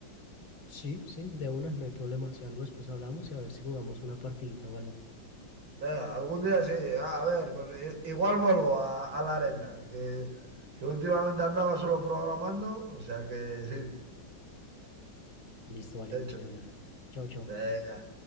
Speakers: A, on the left; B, on the right.
A: sí, sí, de una, no hay problema, si algo después hablamos y a ver si jugamos una partidita o algo.
B: Venga, algún día sí. Ah, a ver, pues i- igual vuelvo a, a la arena, que, que últimamente andaba solo programando, o sea que sí,
A: Listo, vale,
B: hecho.
A: de una. Chao, chao.
B: Venga.